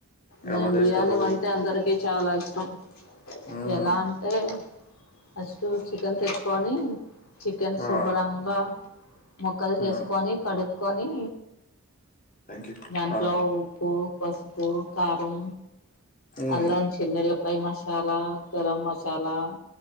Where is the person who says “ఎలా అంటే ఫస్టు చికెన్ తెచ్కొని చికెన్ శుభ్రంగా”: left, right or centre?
Left